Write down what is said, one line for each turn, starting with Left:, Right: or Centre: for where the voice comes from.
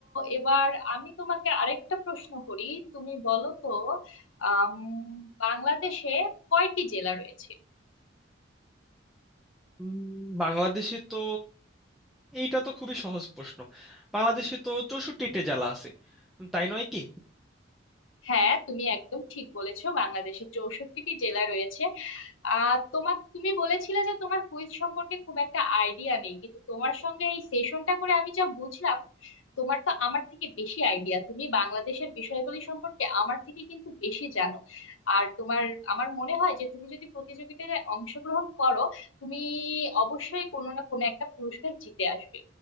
Left: এবার আমি তোমাকে আরেকটা প্রশ্ন করি তুমি বলো তো আম, বাংলাদেশে কয়টি জেলা রয়েছে
Centre: উম, বাংলাদেশে তো এইটা তো খুবই সহজ প্রশ্ন বাংলাদেশে তো চৌষট্টিটা জেলা আছে তাই নয় কি
Left: হ্যাঁ তুমি একদম ঠিক বলেছো বাংলাদেশে চৌষট্টিটি জেলা রয়েছে আহ তোমার তুমি বলেছিলে যে তোমার কুইজ সম্পর্কে খুব একটা আইডিয়া নেই কিন্তু তোমার সঙ্গে এই সেশনটা করে আমি যা বুঝলাম তোমার তো আমার থেকে বেশি আইডিয়া তুমি বাংলাদেশের বিষয়গুলি সম্পর্কে আমার থেকে কিন্তু বেশি জানো আর তোমার আমার মনে হয় যে তুমি যদি প্রতিযোগিতায় অংশগ্রহণ করো তুমি অবশ্যই কোনো না কোনো একটা পুরস্কার জিতে আসবে